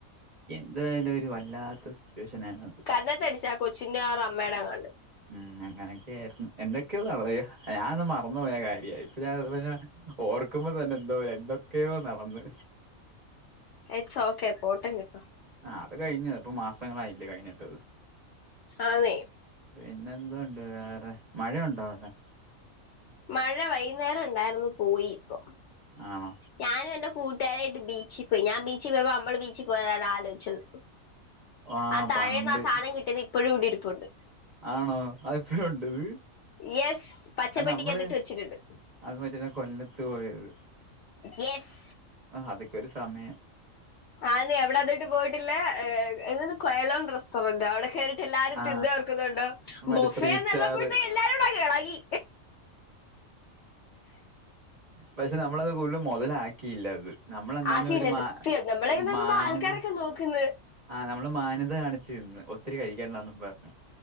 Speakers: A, on the right; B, on the left.
A: എന്തായാലും ഒരു വല്ലാത്ത സിറ്റുവേഷൻ ആയിരുന്നു അത്
B: എന്നിട്ട് അടിച്ച ആ കൊച്ചിന്റെ അവരുടെ അമ്മയുടെ അങ്ങാണ്ട്
A: ഉം അങ്ങനെയൊക്കെയ ആയിരുന്നു എന്തൊക്കെയ നടണ്‌ ഞാനത് മറന്നു പോയ കാര്യ ഇപ്പൊ ഞാൻ ഓർക്കുമ്പോ തന്നെ എന്തോ എന്തൊക്കെയോ നടന്ന്
B: എക്സ് ഓക്കെ പോട്ടന് ഇപ്പൊ
A: ആ അത് കഴിഞ്ഞു ഇപ്പൊ മാസങ്ങളായില്ലേ കഴിഞ്ഞട്ട്
B: ആന്നേ
A: പിന്നെ എന്തുണ്ട് വേറെ മഴയുണ്ടോ അവിടെ
B: മഴ വൈകുന്നേരം ഉണ്ടായിരുന്നു പോയി ഇപ്പൊ
A: ആണോ
B: ഞാനും എന്റെ കൂട്ടുകാരായിട്ട് ബീച്ചിൽ പോയി ഞാൻ ബിച്ചിൽ പോയപ്പോൾ നമ്മള് ബീച്ചിൽ പോയതാണ് ആലോചിച്ചത്
A: <inaudible>
B: ആഹ് താഴേന്ന്
A: പണ്ട്
B: ആ സാധനം കിട്ടിയത് ഇപ്പോഴും ഇവിടിരിപ്പുണ്ട്
A: ആണോ അത് ഇപ്പോഴും ഉണ്ടോ അത്
B: യെസ് പച്ചപ്പെട്ടിക്കകത്തിട്ട്
A: അത് നമ്മള്
B: വെച്ചിട്ടുണ്ട്
A: അത് മറ്റേ കൊല്ലത്ത് പോയത്
B: യെസ്
A: ആഹ് അതൊക്കെ ഒരു സമയാ
B: അത് നീ എവിടെ ആദ്യായിട്ട് പോയിട്ടില്ലേ എ കൊയലോൺ റെസ്റ്റോറന്റ് അവിടെ കേറി എല്ലാരും
A: ആ
B: തിന്ന് തീർക്കുന്നുണ്ടോ
A: മറ്റേ
B: ബൊഫേന്ന്
A: ത്രീ സ്റ്റാർ
B: പറഞ്ഞപ്പോഴത്തേ എല്ലാരുംകൂടിഅങ്ങ് ഇളകി
A: പക്ഷെ നമ്മളത് കൂടുതലും മുതലാക്കിയില്ല അത് നമ്മളെന്നാലും
B: ആക്കിയില്ലേ
A: ഒരു മാ
B: സത്യം നമ്മളെ നോക്കുമ്പോ
A: മാന്യത
B: ആൾക്കാരൊക്കെ നോക്കുന്ന്
A: ആഹ് നമ്മള് മാന്യത കാണിച്ചിരുന്ന് ഒത്തിരി കഴിക്കണ്ടാന്നും പറഞ്ഞ്